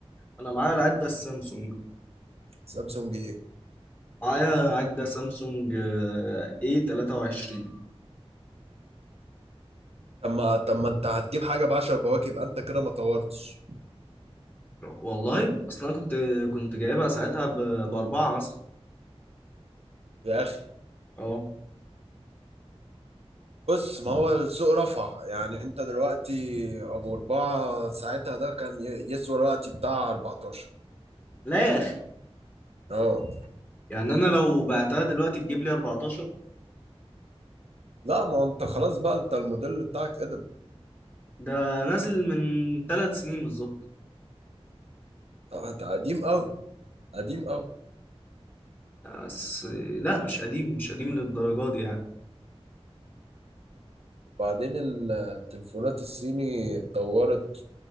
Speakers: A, on the left; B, on the right.
A: انا معايا العدة السامسونج
B: سامسونج ايه
A: معايا عدة سامسونج اي 23
B: طب ما طب ما انت هتجيب حاجة بعشر بواكب انت كده ما طورتش
A: والله اصلا أنا كنت كنت جايبها ساعتها ب- باربعة مثلا
B: يا اخي
A: اه
B: بص ما هو السوق رفع يعني انت دلوقتي ابو اربعة ساعتها ده كان ي- يسوى الوقت بتاع 14
A: لا يا اخي
B: اه
A: يعني انا لو بعتها دلوقتي تجيب لي 14
B: لا ما انت خلاص بقى انت الموديل بتاعك قدم
A: ده نازل من ثلاث سنين بالظبط
B: انت قديم قوي قديم قوي
A: بس لا مش قديم مش قديم للدرجة دي يعني
B: وبعدين ال- التليفونات الصيني اتطورت